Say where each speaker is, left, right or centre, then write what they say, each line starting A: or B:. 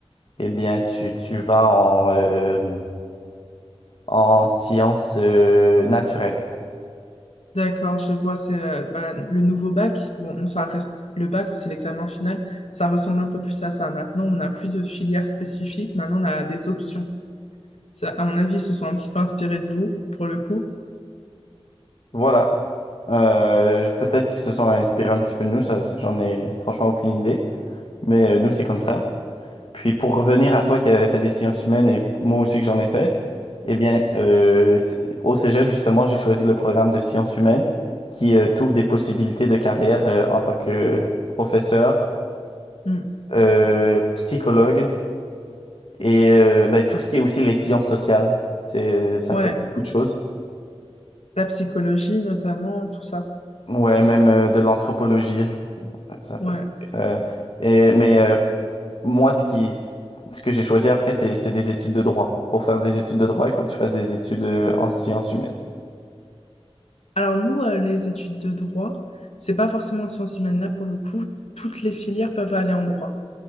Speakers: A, on the left; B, on the left.
A: eh bien, tu, tu vas en, euh, en sciences euh, naturelles.
B: D'accord, je vois, c'est euh, bah, le nouveau bac. Bon, nous, ça reste le bac, c'est l'examen final. Ça ressemble un peu plus à ça. Maintenant, on n'a plus de filière spécifique. Maintenant, on a des options. Ça, à mon avis, ils se sont un petit peu inspirés de vous, pour le coup.
A: Voilà. Euh, je- peut-être qu'ils se sont inspirés un petit peu de nous, ça, ça, j'en ai franchement aucune idée. Mais euh, nous, c'est comme ça. Puis pour revenir à toi qui avais fait des sciences humaines et moi aussi que j'en ai fait, eh bien, euh, c'est- au Cégep, justement, j'ai choisi le programme de sciences humaines qui euh, t'ouvre des possibilités de carrière euh, en tant que professeur,
B: Hmm.
A: euh, psychologue et euh, ben, tout ce qui est aussi les sciences sociales. C'est- ça
B: Ouais,
A: peut être beaucoup de choses.
B: la psychologie notamment, tout ça.
A: Ouais, même euh, de l'anthropologie. Ça peut...
B: Ouais.
A: Euh, et- mais euh, moi, ce qui, ce que j'ai choisi après, c'est c'est des études de droit. Pour faire des études de droit, il faut que tu fasses des études euh, en sciences humaines.
B: Alors, nous, euh, les études de droit, c'est pas forcément en sciences humaines là, pour le coup. Toutes les filières peuvent aller en droit